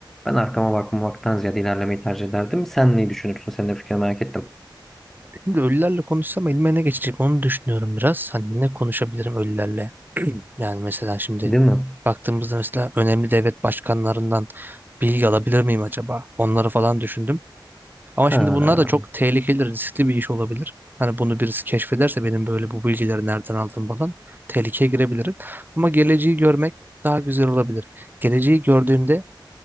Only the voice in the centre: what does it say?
ben arkama bakmamaktan ziyade ilerlemeyi tercih ederdim. Sen neyi düşünürsün? Senin de fikrini merak ettim.
Değil mi?
Ha,